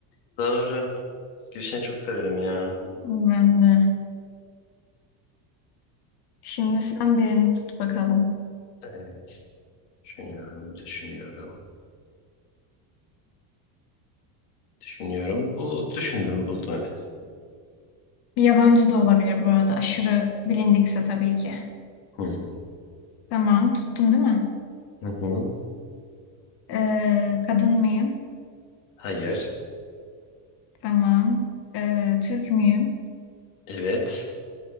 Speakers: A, on the left (about 90°); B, on the left (about 50°).
A: Doğru. Gülşen'i çok severim ya.
B: Ben de. Şimdi sen birini tut bakalım.
A: Evet. Düşünüyorum, düşünüyorum. Düşünüyorum. Bu düşündüm buldum evet.
B: Bir yabancı da olabilir bu arada. Aşırı bilindikse tabii ki.
A: Hı hı.
B: Tamam, tuttun değil mi?
A: Hı hı.
B: Ee, kadın mıyım?
A: Hayır.
B: Tamam. Ee, Türk müyüm?
A: Evet.